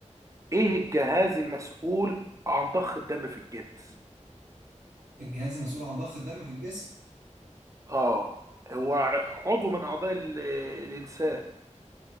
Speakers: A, on the right (about 25°); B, on the right (about 80°).
A: ايه الجهاز المسؤول عن ضخ الدم في الجسم
B: الجهاز المسؤول عن ضخ الدم في الجسم
A: اه هو عضو من اعضاء ال- الانسان